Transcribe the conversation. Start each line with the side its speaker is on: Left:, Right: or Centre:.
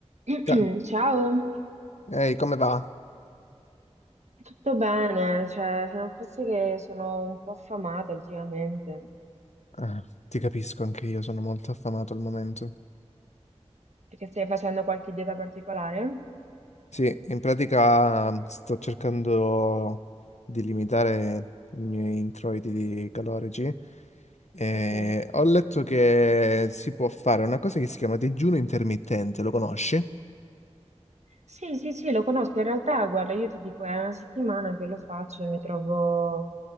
Right: <clears throat>
Left: Cioè,
Right: Ciao,
Left: Ehi, come va?
Right: tutto bene? Cioè, se non fosse che sono un po' affamata ultimamente,
Left: Ah, ti capisco, anche io sono molto affamato al momento.
Right: perché stai facendo qualche dieta particolare?
Left: Sì, in pratica mm, sto cercando di limitare i miei introiti di calorici. E
Right: Ok.
Left: ho letto che si può fare una cosa che si chiama digiuno intermittente, lo conosci?
Right: Sì, sì, sì, lo conosco. In realtà, guarda, io ti dico, è una settimana che lo faccio e mi trovo